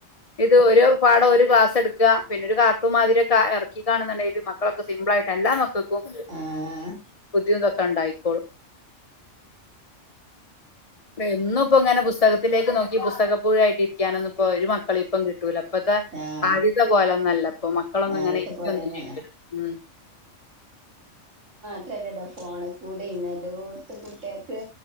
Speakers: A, on the left (about 30°); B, on the right (about 80°).
A: ഇത് ഓരോ പാട ഒരു ഗ്ലാസ് എടുുക പിന്നെ ഒരു കാർട്ടൂൺ മാതിരിക്കെ ഇറക്കിക്കാണുണ്ടെങ്കിൽ മക്കളൊക്കെ സിംമ്പിള ആയിട്ട് എല്ലാ മക്കൾക്കും
B: ആഹ്
A: ബുദ്ധിമുന്തൊക്കെ ഉണ്ടായിക്കോളും എന്നും ഇപ്പ ഇങ്ങനെ പുസ്തകത്തിലേക്ക് നോക്കി പുസ്തകപ്പഴായിട്ട് ഇരിക്കാനന്ന ഇപ്പോ ഒരു മക്കള ഇപ്പം കി കിട്ടല അപ്പത്തെ
B: ആഹ്
A: സാധ്യത പോലെ ഒന്നല്ല അപ്പൊ മക്കളൊന്നും
B: ആദ്യത്തെ
A: ഇങ്ങനെ ഏറ്റ
B: പോലെയൊന്നല്ല
A: എന്ത് ചെയ്യ ഉ
B: അത്രല്ലല്ലോ ഫോണിൽ കൂടെ ഇതോത്തും കുട്ടികൾക്ക്